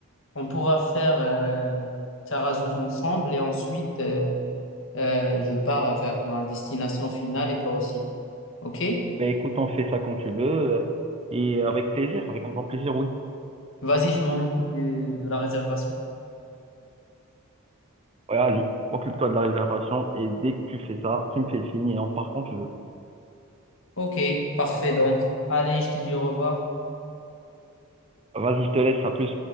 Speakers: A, on the left (about 60°); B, on the right (about 25°).
A: On pourra faire euh, Tarazout ensemble et ensuite euh, euh, je pars vers ma destination finale et toi aussi. Ok?
B: Ben écoute, on fait ça quand tu veux euh, et avec plaisir, avec un grand plaisir, oui.
A: Vas-y, je m'en occupe de, de la réservation.
B: Ouais, vas-y, occupe-toi de la réservation et dès que tu fais ça, tu me fais signe et on part quand tu veux.
A: Ok, parfait donc. Allez, je te dis au revoir.
B: Vas-y, je te laisse, à plus.